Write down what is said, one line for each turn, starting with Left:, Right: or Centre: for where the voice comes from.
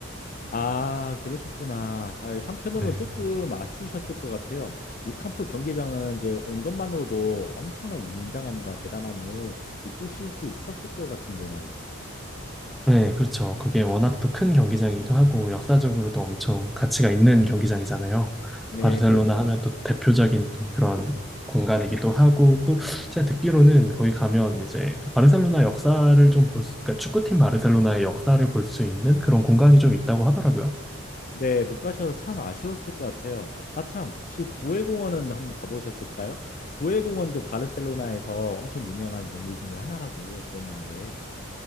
Left: 아, 그러셨구나. 아, 한편으로는
Centre: <laughs> 네.
Left: 조금 아쉬우셨을 것 같아요. 누캄프 경기장은 이제 온 것만으로도 엄청난 웅장함과 대단함을 느끼실 수 있었을 것 같은데 말이죠.
Centre: 네, 그렇죠. 그게 워낙 또 큰 경기장이기도 하고 역사적으로도 엄청 가치가 있는 경기장이잖아요.
Left: 네,
Centre: 또 바르셀로나
Left: 그렇죠.
Centre: 하면 또 대표적인 또 그런 공간이기도 하고 또 제가 듣기로는 거기 가면 이제 바르셀로나 역사를 좀 볼 수, 그러니까 축구팀 바르셀로나의 역사를 볼 수 있는 그런 공간이 좀 있다고 하더라고요.
Left: 네, 못 가셔서 참 아쉬웠을 것 같아요. 아, 참, 혹시 구엘 공원은 한번 가보셨을까요? 구엘 공원도 바르셀로나에서 엄청 유명한 명물 중에 하나라고 들었는데.